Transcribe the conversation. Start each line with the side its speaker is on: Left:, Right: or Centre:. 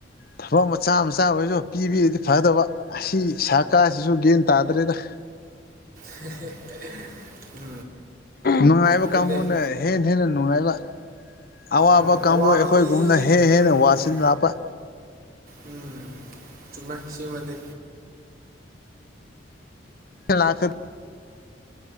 Left: ꯊꯕꯛ ꯃꯆꯥ ꯃꯆꯥ ꯑꯣꯏꯔꯁꯨ ꯄꯤꯕꯤꯔꯗꯤ ꯐꯗꯧꯕ ꯑꯁꯤ ꯁꯔꯀꯥꯔꯁꯤꯁꯨ ꯒ꯭ꯌꯥꯟ ꯇꯥꯗ꯭ꯔꯦꯗ <unintelligible>
Right: <unintelligible>
Left: ꯅꯨꯡꯉꯥꯏꯕ
Right: ꯑꯗꯨꯅꯦ
Left: ꯀꯥꯡꯕꯨꯅ ꯍꯦꯟꯅ ꯍꯦꯟꯅ ꯅꯨꯡꯉꯥꯏꯕ ꯑꯋꯥꯕ
Right: ꯎꯝ
Left: ꯀꯥꯡꯕꯨ
Right: ꯑꯋꯥꯕ
Left: ꯑꯩꯈꯣꯏꯒꯨꯝꯅ
Right: ꯃꯤ
Left: ꯍꯦ
Right: ꯎꯝ
Left: ꯍꯦꯟꯅ ꯋꯥꯁꯤ
Right: ꯎꯝ
Left: ꯂꯥꯞꯄ
Right: ꯎꯝ ꯆꯨꯝꯃꯦ ꯁꯤꯃꯗꯤ
Left: ꯂꯥꯁ